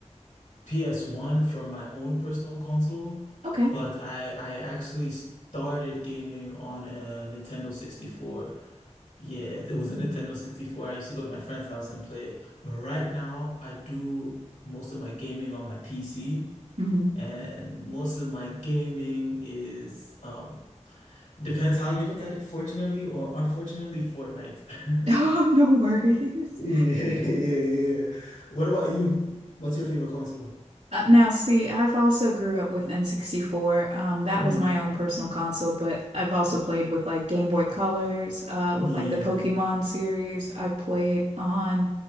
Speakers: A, on the left; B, on the right.
A: PS1 for my own personal console,
B: Okay.
A: but I I actually started gaming on a Nintendo 64. Yeah, there was a Nintendo 64. I used to go to my friend's house and play. But right now, I do most of my gaming on my PC,
B: hmm
A: and most of my gaming is um depends how you look at it, fortunately or unfortunately, Fortnite.
B: <laughs>
A: <laughs>
B: Oh, no worries.
A: Yeah, <laughs> yeah, yeah. What about you? What's your favorite console?
B: Uh, now, see, I've also grew up with N64. Um, that
A: Mm,
B: was my own personal console, but I've also played with like Game Boy Colors, uh, with
A: yeah.
B: like the Pokemon series. I played on